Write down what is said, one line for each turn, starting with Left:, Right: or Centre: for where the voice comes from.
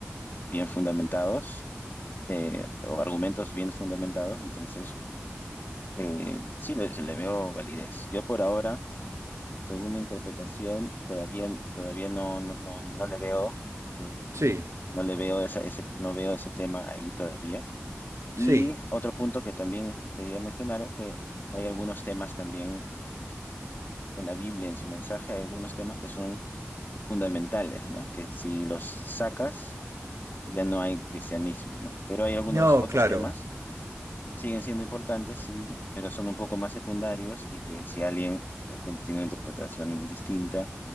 Left: bien fundamentados eh, o argumentos bien fundamentados, entonces eh, sí le, le veo validez. Yo por ahora, según mi interpretación, todavía, todavía no, no, no, no le veo, eh,
Right: sí,
Left: no le veo esa, ese, no veo ese tema ahí todavía. Y
Right: sí.
Left: otro punto que también quería mencionar es que hay algunos temas también en la Biblia, en su mensaje, hay algunos temas que son fundamentales, ¿no? Que si los sacas, ya no hay cristianismo, ¿no? Pero hay algunos
Right: No,
Left: otros
Right: claro,
Left: temas siguen siendo importantes, sí, pero son un poco más secundarios y que si alguien de repente tiene una interpretación distinta,